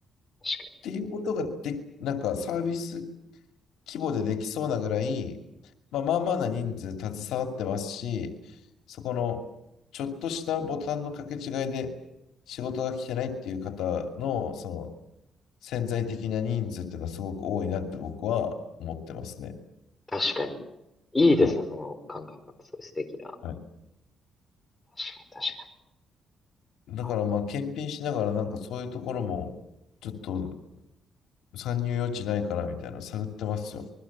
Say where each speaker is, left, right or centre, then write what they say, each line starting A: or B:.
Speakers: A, on the left; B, on the left.
A: 確かに。
B: ていうことがで、なんかサービス規模でできそうなぐらい、まあ、まあまあな人数携わってますし、そこのちょっとしたボタンの掛け違いで仕事が来てないっていう方のその潜在的な人数っていうのはすごく多いなって僕は思ってますね。
A: 確かに。いいですね、
B: はい。
A: その考え方、そういう素敵な。
B: はい。
A: 確かに、確かに。
B: だからまあ検品しながらなんかそういうところもちょっと
A: あ
B: 参入余地ないかなみたいなの探ってますよ。